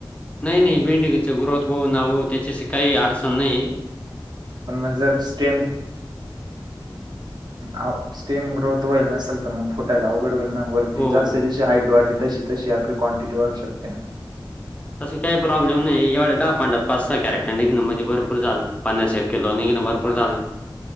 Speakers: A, on the left (about 15°); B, on the right (about 55°).
A: नाही नाही भेंडीची ग्रोथ हो ना हो त्याचीशी काही अडचण नाहीये.
B: पण मग जर स्टेम आओ स्टेम ग्रोथ होईल ना मग फोटायला अवघड होईल ना वरती
A: हो.
B: जशी जशी हाईट वाढली तशी तशी आपली क्वांटिटी वाढू शकते ना.
A: तस काही प्रॉब्लेम नाही एवढ दहा पांडात पाच सहा कॅरेट निघण म्हणजे भरपूर झालं पन्नास एक किलो निघ न भरपूर चालय.